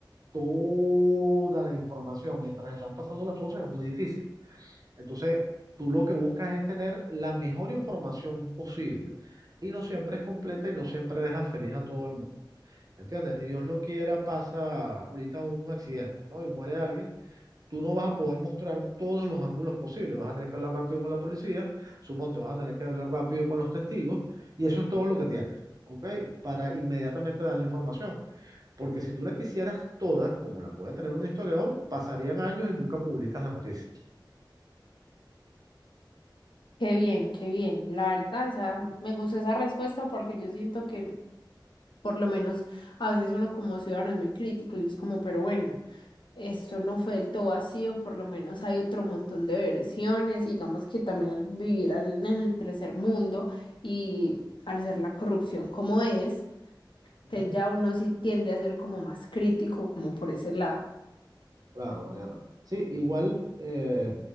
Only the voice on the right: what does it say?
toda la información mientras están pasando las cosas es muy difícil. Entonces, tú lo que buscas es tener la mejor información posible. Y no siempre es completa y no siempre deja feliz a todo el mundo. ¿Entiendes? Ni Dios lo quiera, pasa ahorita un accidente, ¿no? Y muere alguien. Tú no vas a poder mostrar todos los ángulos posibles. Vas a tener que hablar rápido con la policía. Suponte, vas a tener que hablar rápido con los testigos. Y eso es todo lo que tienes, ¿ok? Para inmediatamente dar la información. Porque si tú la quisieras toda, como la puede tener un historiador, pasarían años y nunca publicas la noticia.
Ujú.
Claro, Mariano. Sí, igual, eh,